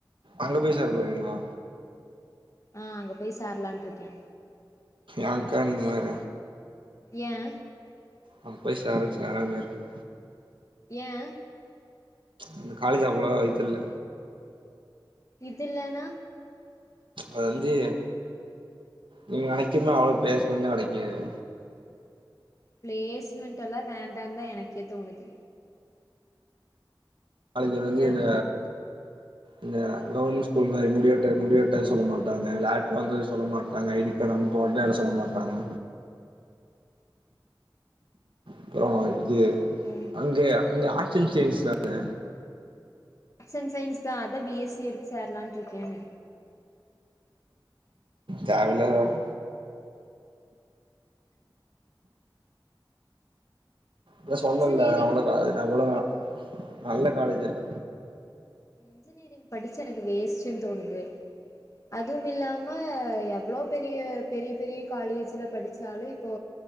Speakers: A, on the right; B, on the left.
A: அங்க போய் சேரபோறீங்களா
B: ஆ அங்க போய் சேரலான் இருக்க
A: ஏன்க்கா நீங்க வேற
B: ஏன்
A: அங்க போய் சேர்றதுக்கு சேராமயே இருக்கலா
B: ஏன்
A: இந்த காலேஜ் அவ்ளவா இது இல்ல
B: இதுல்லன்னா
A: வந்தே நீங்க நனைக்குமா அவ்ளோ பெலேஸ்மெண்ட்லாம் கெடைக்காது
B: பிளேஸ்மெண்ட் எல்லா வேண்டாந் தான் எனக்கே தோணுது
A: காலேஜ்ல வந்து
B: ஏனா
A: இந்த இந்த கவர்மெண்ட் ஸ்கூல் மாரி முடிவெட்ட முடிவெட்ட சொல்ல மாட்டாங்க லாட்டாவந்து சொல்ல மாட்டாங்க ஐடி கார்டு வந்து போட்டா என்ன சொல்ல மாட்டாங்க அப்றோ இது
B: எனக்கு
A: அங்கேய அங்க ஆர்ட் அன் சயின்ஸ் தாங்க
B: ஆர்ட் அண் சயின்ஸ் தா அதா பி எஸ் சி எடுச்சேரலான்ட்டு இருக்கேங்க
A: தேவயில்லாத வேல நா சொன்னல்ல
B: இன்ஜினியரிங்
A: அந்த காலேஜ் நல்ல கா நல்ல காலேஜ் இல்ல
B: இன்ஜினியரிங் படிச்சு எனக்கு வேஸ்டுன்னு தோணுது அதும் இல்லாம எவ்ளோ பெரிய பெரிய பெரிய காலேஜ்ல படிச்சாலே இப்போ